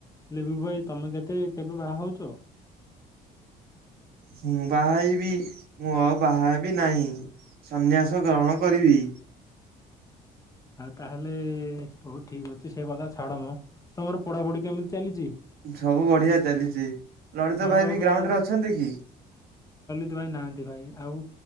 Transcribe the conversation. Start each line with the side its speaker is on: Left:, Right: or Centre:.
Left: ଲିବୁ ଭାଇ ତମେ କେତେ କେବେ ବାହା ହଉଛ?
Right: ହୁଁ। ବାହଇବି ମୁଁ ଆଉ ବାହାବି ନାହିଁ ସନ୍ନ୍ୟାସ ଗ୍ରହଣ କରିବି।
Left: ଆଉ ତାହେଲେ ହଉ ଠିକ ଅଛି ସେ କଥା ଛାଡମ ତମର ପଢାପଢି କେମିତି ଚାଲିଛି?
Right: ସବୁ ବଢିଆ ଚାଲିଛି ଲଳତା
Left: ତମର
Right: ଭାଇ ବି
Left: ଏବେ
Right: ଗ୍ରାଉଣ୍ଡ ରେ ଅଛନ୍ତି କି?
Left: ସେଥିପାଇ ନାହାନ୍ତି ଭାଇ ଆଉ।